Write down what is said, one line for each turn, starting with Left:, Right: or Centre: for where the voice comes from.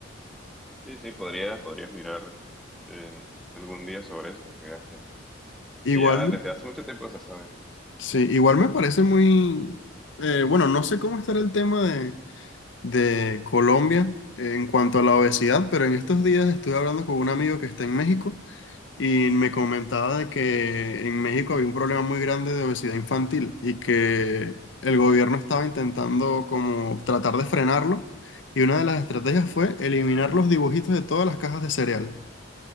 Centre: Sí, sí, podrías, podrías mirar eh, algún día sobre eso para que veas que,
Left: Igual.
Centre: que ya desde hace mucho tiempo se sabe.
Left: Sí, igual me parece muy, eh, bueno, no sé cómo estará el tema de, de Colombia en cuanto a la obesidad, pero en estos días estuve hablando con un amigo que está en México y me comentaba de que en México había un problema muy grande de obesidad infantil y que el gobierno estaba intentando como tratar de frenarlo y una de las estrategias fue eliminar los dibujitos de todas las cajas de cereal.